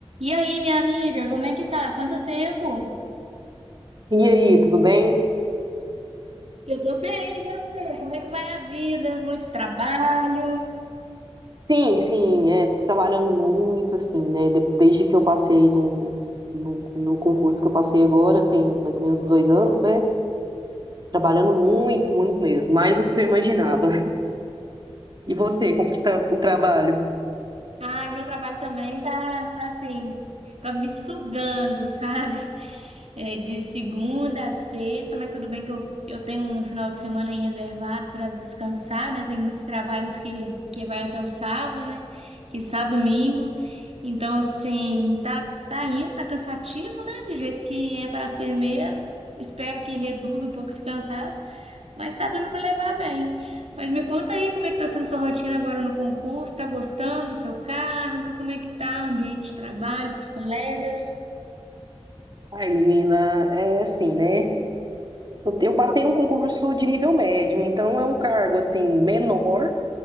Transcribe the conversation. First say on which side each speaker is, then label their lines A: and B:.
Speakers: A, on the right; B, on the right.
A: E aí, minha amiga, como é que tá? Quanto tempo?
B: E aí, tudo bem?
A: Eu tô bem, e você? Como é que vai a vida? Muito trabalho?
B: Sim, sim, é, tô trabalhando muito, assim, né? de- Desde que eu passei no, no, no concurso que eu passei agora, tem mais ou menos dois anos, né? Trabalhando muito, muito mesmo, mais do que eu imaginava. E você, como que tá o trabalho?
A: Ai, meu trabalho também tá, tá assim, tá me sugando, sabe? É de segunda a sexta, mas tudo bem que eu, eu tenho um final de semana aí reservado para descansar, né? Tem muitos trabalhos que, que vai até o sábado, né? Que sábado, domingo. Então, assim, tá, tá indo, tá cansativo, né? Do jeito que é para ser mesmo. Espero que reduza um pouco esse cansaço, mas tá dando para levar bem. Mas me conta aí como é que tá sendo sua rotina agora no concurso, tá gostando do seu cargo, como é que tá o ambiente de trabalho com os colegas?
B: Ai, menina, é assim, né? Eu, eu passei num concurso de nível médio, então é um cargo, assim, menor,